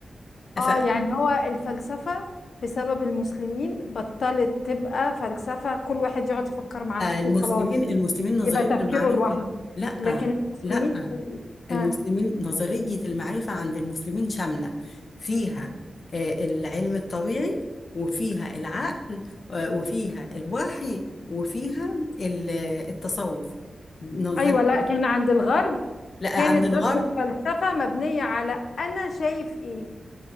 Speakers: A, on the left; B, on the left.
A: اه
B: فلا
A: يعني هو الفلسفه بسبب المسلمين بطلت تبقى فلسفه كل واحد يقعد يفكر مع نفسه
B: المسلمين
A: وخلاص
B: المسلمين نظرية
A: يبقى تفكيره
B: المعرفة
A: لوحده
B: لا
A: لكن المسلمين
B: لا
A: ها
B: المسلمين نظرية المعرفة عند المسلمين شاملة فيها آه، العلم الطبيعي وفيها العقل آه، وفيها الوحي وفيها ال- التصوف نظرية
A: ايوه لا كان عند الغرب
B: لا
A: كانت
B: عند الغرب
A: بس الفلسفه مبنيه على انا شايف ايه